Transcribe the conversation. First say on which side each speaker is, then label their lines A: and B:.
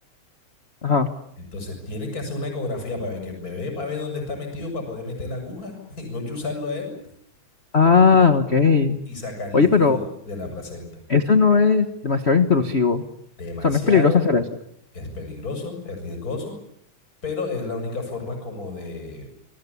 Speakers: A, on the left; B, on the left.
A: ajá.
B: Entonces tienen que hacer una ecografía para ver que el bebé, para ver dónde está metido, para poder meter la aguja <laughs> y no chuzarlo a él
A: Ah, ok.
B: y sacar líquido
A: Oye, pero
B: de la placenta.
A: eso no es demasiado intrusivo.
B: Demasiado,
A: O sea, no es peligroso hacer eso.
B: es peligroso, es riesgoso, pero es la única forma como de,